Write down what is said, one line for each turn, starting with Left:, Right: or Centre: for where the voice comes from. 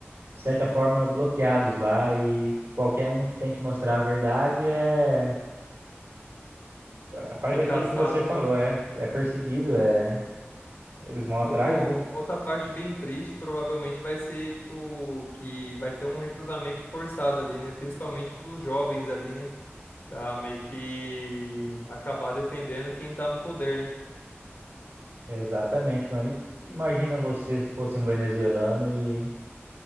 Right: de certa forma, bloqueados lá e qualquer um que tente mostrar a verdade é é, faz
Left: meio
Right: aquilo
Left: caçado,
Right: que você falou,
Left: né?
Right: é é perseguido, é eles vão
Left: Outro,
Right: atrás,
Left: outra
Right: né?
Left: parte bem triste provavelmente vai ser, tipo, que vai ter um recrutamento forçado ali, né? Principalmente para os jovens ali, né? Pra meio que acabar defendendo quem tá no poder, né?
Right: Exatamente, Rony. Imagina você se fosse um venezuelano e